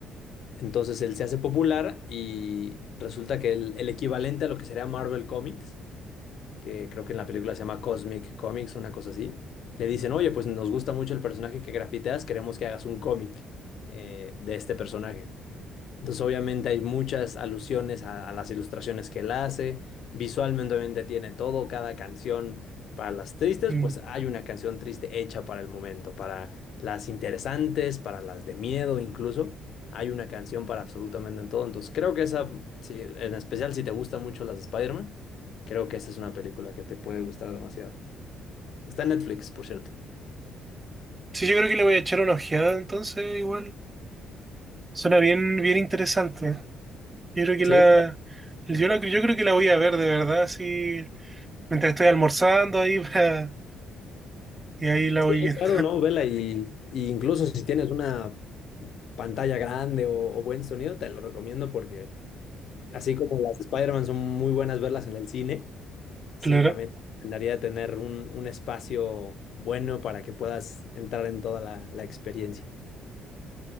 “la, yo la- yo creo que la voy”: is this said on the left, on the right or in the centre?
Right